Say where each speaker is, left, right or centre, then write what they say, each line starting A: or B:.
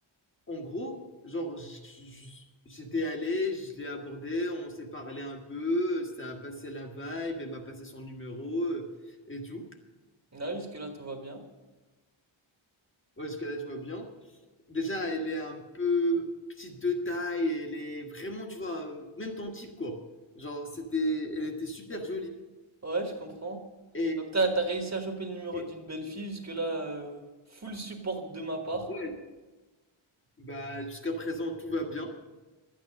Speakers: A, on the left; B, on the right.
A: En gros, genre, j- j- j'étais allé, je l'ai abordé, on s'est parlé un peu, ça a passé la vibe, elle m'a passé son numéro euh, et tout.
B: Là, jusque-là, tout va bien.
A: Ouais, jusqu'à là, tu vois bien. Déjà, elle est un peu petite de taille, elle est vraiment, tu vois, euh, même ton type, quoi. Genre, c'était, elle était super jolie.
B: Ouais, je comprends.
A: Et,
B: Donc t'as, t'as réussi à choper le numéro
A: et-
B: d'une belle fille, jusque-là, euh, full support de ma part.
A: ouais, bah, jusqu'à présent, tout va bien.